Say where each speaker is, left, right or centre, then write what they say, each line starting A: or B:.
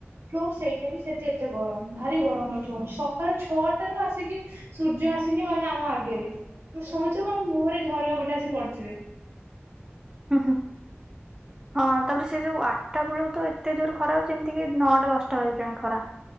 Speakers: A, on the right; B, on the right.
A: ଫ୍ଲୋର ସେଇଟା ବି ସେ ଏତେ ଗରମ ଭାରି ଗରମ ଅ ସକାଳ ଛ <unintelligible> ଆସିକି ସୂର୍ଯ୍ୟ ଆସିକି ମାନେ ଆମ ଆଗରେ। ଆମେ ଶୋଇଥିବୁ ଆମ ମୁହରେ ଝରକା ପଟେ ଆସିକି ପଡିିଥିବ।
B: ହୁ ହୁ। ହଁ ତାପରେ ସେ ଯୋଉ ଆଠଟା ବେଳୁ ତ ଏତେ ଜୋର ଖରା ହଉ ଯେମିତି କି ନଅଟା ଦଶଟା ବାଜିଲାଣି ଖରା